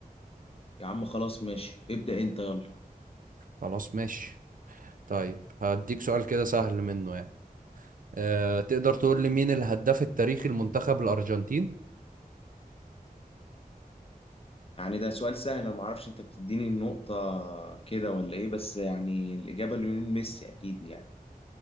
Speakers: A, on the left; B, on the right.
A: يا عم خلاص ماشي ابدا انت يلا
B: خلاص ماشي طيب هديك سؤال كده سهل منه يعني أه تقدر تقول لي مين الهداف التاريخي لمنتخب الارجنتين
A: يعني ده سؤال سهل انا ما اعرفش انت بتديني النقطة كده ولا ايه بس يعني الإجابة ليونيل ميسي اكيد يعني